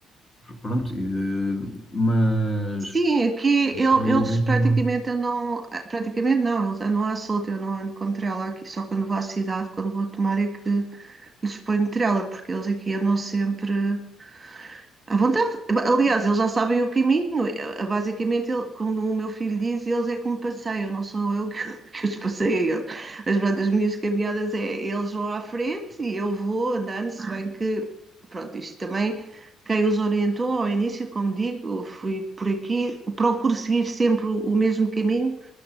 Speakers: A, on the left; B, on the right.
A: pronto, e de, mas...
B: sim, aqui ele-
A: mas-
B: eles praticamente andam, ah, praticamente não, eles andam à solta, eu não ando com trela aqui, só quando vou à cidade, quando vou tomar é que lhes ponho trela, porque eles aqui andam sempre À vontade. Aliás, eles já sabem o caminho. Eh, Basicamente, ele- como o meu filho diz, eles é que me passeiam, não sou eu que, <laughs> que os passei a eles. Mas pronto, as minhas caminhadas é eles vão à frente e eu vou andando, se bem que, pronto, isto também, quem os orientou ao início, como digo, eu fui por aqui, procuro seguir sempre o, o mesmo caminho